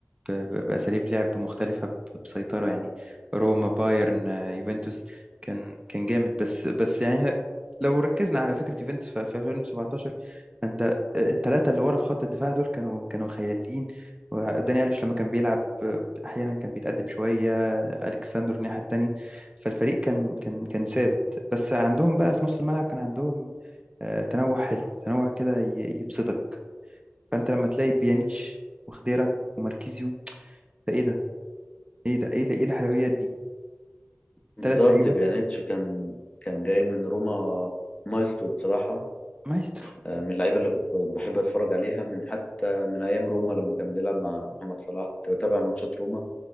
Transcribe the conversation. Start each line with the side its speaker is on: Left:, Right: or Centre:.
Right: ب- ب- بأساليب لعب مختلفة ب- بسيطرة يعني روما بايرن آه، يوفنتوس كان كان جامد بس بس يعني ه- لو ركزنا على فكرة يوفنتوس في في 2017 فأنت آه، الثلاثة اللي ورا في خط الدفاع دول كانوا كانوا خياليين وداني ألفيش لما كان بيلعب آه، أحيانا كان بيتقدم شوية آه، ألكساندر الناحية التانية فالفريق كان كان كان ثابت بس عندهم بقى في نص الملعب كان عندهم آه، تنوع حلو تنوع كده ي- يبسطك فأنت لما تلاقي بيانيتش وخديرة وماركيزيو فإيه ده ايه ده ايه ايه الحلويات دي
Left: بالظبط
Right: ثلاث لعيبه
Left: بيانيتش كان كان جاي من روما مايسترو بصراحة
Right: مايسترو
Left: آه، من اللعيبة اللي كنت بحب أتفرج عليها من حتى من أيام روما لما كان بيلعب مع محمد صلاح كنت بتابع ماتشات روما